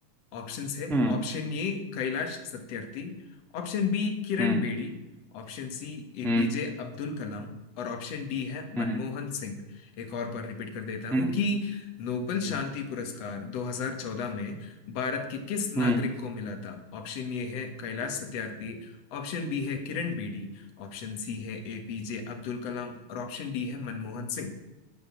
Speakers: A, on the left; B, in the centre.
A: ऑप्शंस है
B: हम्म
A: Option A Kailash Satyarthi option B Kiran
B: हम्म
A: Bedi option C APJ
B: हम्म
A: Abdul Kalam और ऑप्शन डी है
B: हम्म
A: मनमोहन सिंह एक और बार रिपीट कर देता हूं
B: हम्म
A: कि नोबेल
B: हम्म,
A: शांति पुरस्कार 2014 में भारत के किस नागरिक
B: हम्म।
A: को मिला था ऑप्शन ए है कैलाश सत्यार्थी ऑप्शन बी है किरण बेदी ऑप्शन सी है एपीजे अब्दुल कलाम और ऑप्शन डी है मनमोहन सिंह